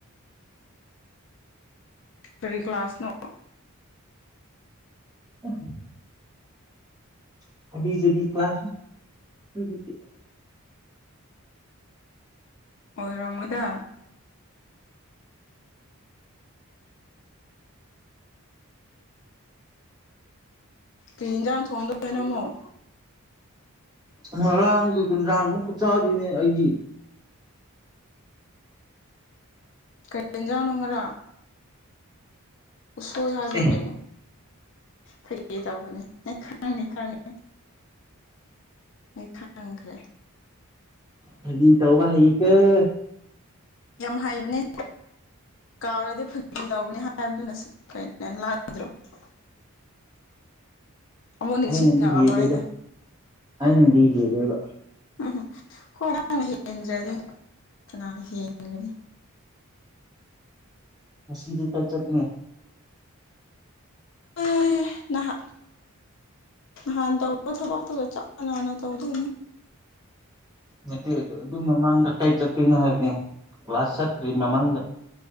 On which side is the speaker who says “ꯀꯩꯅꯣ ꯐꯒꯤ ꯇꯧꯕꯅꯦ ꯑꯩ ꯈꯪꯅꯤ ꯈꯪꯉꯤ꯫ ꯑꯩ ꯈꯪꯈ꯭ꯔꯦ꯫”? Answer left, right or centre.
Left